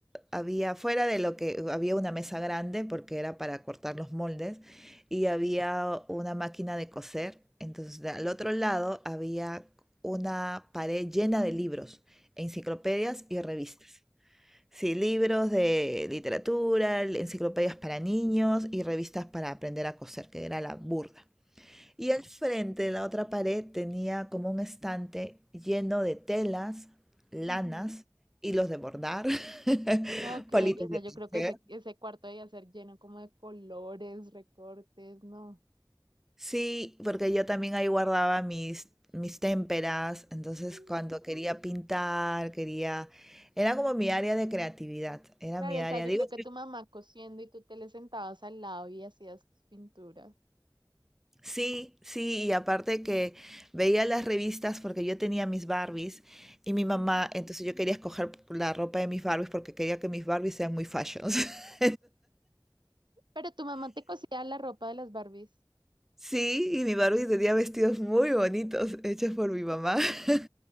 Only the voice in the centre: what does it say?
había, fuera de lo que había una mesa grande porque era para cortar los moldes y había una máquina de coser. Entonces, de- al otro lado había una pared llena de libros, enciclopedias y revistas. Sí, libros de literatura, enciclopedias para niños y revistas para aprender a coser, que era la burda. Y al frente de la otra pared tenía como un estante lleno de telas, lanas,
hilos de bordar, <laughs>
palitos
de
tejer.
Sí, porque yo también ahí guardaba mis, mis témperas, entonces
cuando quería pintar, quería... Era como mi área de creatividad, era
mi área,
digo,
Sí, sí, y aparte que veía las revistas porque yo tenía mis Barbies y mi mamá,
entonces yo quería escoger la ropa de mis Barbies porque quería que mis Barbies sean muy fashions. <laughs>
Sí, y mi Barbie tenía vestidos muy bonitos hechos por mi mamá. <laughs>